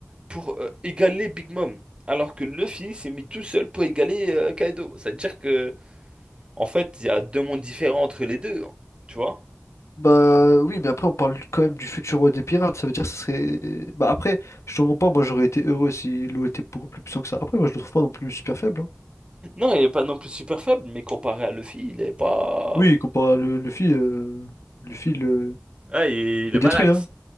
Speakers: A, on the right; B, on the left.
A: pour euh, égaler Big Mom. Alors que Luffy s'est mis tout seul pour égaler euh, Kaido. C'est-à-dire que, en fait, il y a deux mondes différents entre les deux. Tu vois?
B: Bah, oui, mais après, on parle quand même du futur roi des pirates, ça veut dire que ça serait. Bah, après, je te mens pas, moi j'aurais été heureux si l'eau était beaucoup plus puissant que ça. Après, moi je le trouve pas non plus super faible. hein.
A: Non, il est pas non plus super faible, mais comparé à Luffy, il est pas.
B: Oui, comparé à le, Luffy, euh, Luffy le,
A: Ah, il, il
B: le
A: le
B: détruit,
A: malaxe.
B: hein.